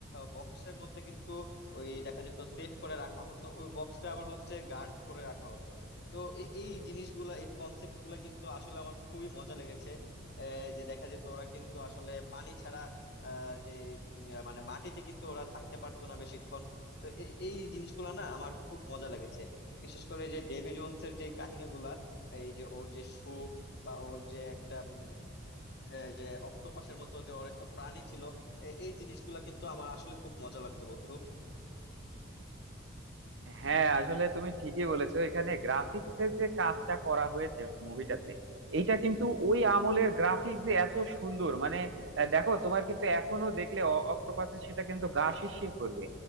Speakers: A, on the left (about 55°); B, on the right (about 65°).
A: বক্সের মধ্যে কিন্তু ওই দেখা যেত সেফ করে রাখা হতো ওই বক্সটা আবার হচ্ছে গার্ড করে রাখা হতো তো এ- এই জিনিসগুলা এই কনসেপ্ট গুলা কিন্তু আসলে আমার খুবই মজা লেগেছে আহ, যে দেখা যেত ওরা কিন্তু আসলে পানি ছাড়া আহ, যে উম, আহ, মানে মাটিতে কিন্তু ওরা থাকতে পারতো না বেশিক্ষণ তো এ- এই জিনিসগুলা না আমার খুব মজা লেগেছে বিশেষ করে যে ডেভি জোনস এর যে কাহিনীগুলা এই যে ওর যে শুট বা ওর যে একটা উম, এই যে অক্টোপাসের মতো যে ওর একটা প্রাণী ছিল এ- এই জিনিসগুলা কিন্তু আমার আসলে খুব মজা লাগতো বন্ধু
B: হ্যাঁ আসলে তুমি ঠিকই বলেছো এখানে গ্রাফিক্সের যে কাজটা করা হয়েছে মুভিটাতে এইটা কিন্তু ওই আমলের গ্রাফিক যে এত সুন্দর মানে আহ, দেখো তোমার কিন্তু এখনো দেখলে অক্টোপাসে সেটা কিন্তু গা শিরশির করবে